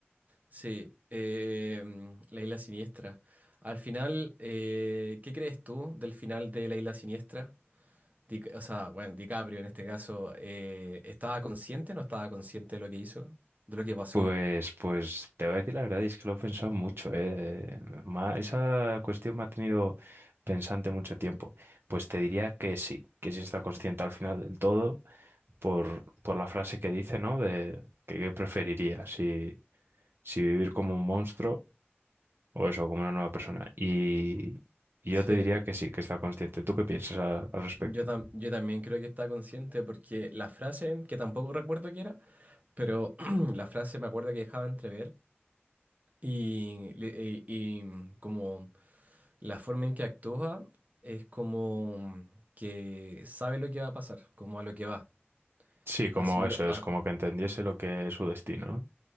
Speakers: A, on the right (about 40°); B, on the right (about 60°).
A: Sí, eh, mm, la isla siniestra. Al final, eh, ¿qué crees tú del final de la isla siniestra? Di- o sea, bueno, DiCaprio en este caso, eh, ¿estaba consciente o no estaba consciente de lo que hizo? ¿De lo que pasó?
B: Pues, pues te voy a decir la verdad, y es que lo he pensado mucho, ¿eh? Ma- esa cuestión me ha tenido pensante mucho tiempo. Pues te diría que sí, que sí está consciente al final del todo, por, por la frase que dice, ¿no? De que qué preferiría, si, si vivir como un monstruo o eso, como una nueva persona. Y, y
A: Sí,
B: yo te diría que sí, que está consciente. ¿Tú qué piensas a- al respecto?
A: yo, tam- yo también creo que está consciente porque la frase, que tampoco recuerdo qué era, pero <clears throat> la frase me acuerdo que dejaba entrever Y, le- y- y como la forma en que actúa es como que sabe lo que va a pasar, como a lo que va.
B: Sí, como
A: Así lo...
B: eso,
A: a-
B: es como que entendiese lo que es su destino, ¿no?